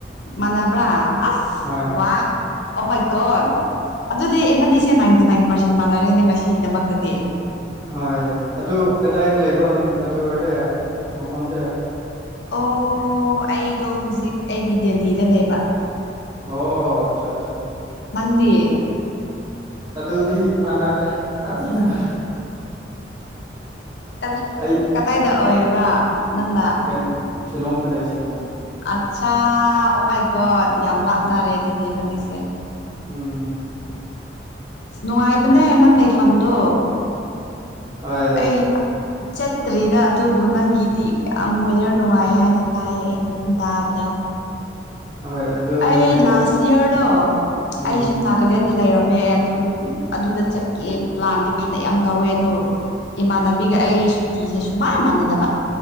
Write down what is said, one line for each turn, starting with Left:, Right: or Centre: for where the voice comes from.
Left: ꯃꯥꯟꯅꯕ꯭ꯔꯥ ꯑꯁ
Right: ꯍꯣꯏ
Left: ꯋꯥ ꯑꯣ ꯃꯥꯏ ꯒꯣꯠ ꯑꯗꯨꯗꯤ ꯑꯦꯕꯅꯤꯁꯦ ꯅꯥꯏꯟꯇꯤ ꯅꯥꯏꯟ ꯄꯥꯔꯁꯦꯟ ꯃꯥꯟꯅꯔꯦꯅꯦ ꯉꯁꯤꯒꯤꯗꯃꯛꯇꯗꯤ
Right: ꯍꯣꯏ ꯑꯗꯨ ꯀꯗꯥꯏꯗ ꯂꯩꯕ꯭ꯔꯣ ꯅꯪ ꯑꯗꯨ ꯑꯣꯏꯔꯗꯤ ꯃꯐꯝꯗꯤ
Left: ꯑꯣ ꯑꯩꯗꯣ ꯍꯧꯖꯤꯛ ꯑꯩꯒꯤ ꯗꯦꯜꯂꯤꯗ ꯂꯩꯕ
Right: ꯑꯣ ꯑꯆꯥ ꯑꯆꯥ
Left: ꯅꯪꯗꯤ
Right: ꯑꯗꯨꯗꯤ ꯃꯥꯟꯅꯗ꯭ꯔꯦ ꯐꯥꯖꯅ ꯃꯥꯟꯅ
Left: ꯀꯗ
Right: ꯑꯩꯅ
Left: ꯀꯗꯥꯏꯗ ꯑꯣꯏꯕ꯭ꯔꯥ ꯅꯪꯅ
Right: ꯀꯩꯅꯣ ꯁꯤꯂꯣꯡꯗ ꯂꯩ ꯁꯤꯂꯣꯡꯗ
Left: ꯑꯠꯆꯥꯥ ꯑꯣ ꯃꯥꯏ ꯒꯣꯠ ꯌꯥꯝ ꯂꯥꯞꯅꯔꯦ ꯑꯗꯨꯗꯤ ꯑꯦꯕꯅꯤꯁꯦ
Right: ꯎꯝ
Left: ꯑꯁ ꯅꯨꯡꯉꯥꯏꯕꯅꯦ ꯅꯪ ꯂꯩꯐꯝꯗꯣ
Right: ꯍꯣꯏ
Left: ꯑꯩ ꯆꯠꯇ꯭ꯔꯤꯗ ꯑꯗꯨ ꯑꯣ ꯅꯪꯒꯤꯗꯤ ꯌꯥꯝ ꯋꯦꯗꯔ ꯅꯨꯡꯉꯥꯏ ꯍꯥꯏꯅ ꯇꯥꯏꯑ ꯑꯩꯅ ꯑꯗꯨꯝ ꯇꯥꯕꯗ
Right: ꯍꯣꯏ ꯑꯗꯨꯒꯤ
Left: ꯑꯩ
Right: ꯑꯩꯅ
Left: ꯂꯥꯁ ꯌꯌꯥꯔꯗꯣ
Right: ꯎꯝ
Left: ꯑꯩꯁꯨ ꯅꯥꯒꯥꯂꯦꯟꯗ ꯂꯩꯔꯝ ꯃꯦ ꯑꯗꯨ ꯑꯗꯨꯗ ꯆꯠꯀꯦ ꯄ꯭ꯂꯥꯟꯗꯤ ꯐꯅ ꯌꯥꯝ ꯇꯧꯋꯦ ꯑꯗꯣ ꯏꯃꯥꯟꯅꯕꯤꯒ ꯑꯩ ꯁꯨꯇꯤꯁꯦ ꯁꯨꯡ ꯃꯥ ꯃꯥꯟꯅꯗꯕ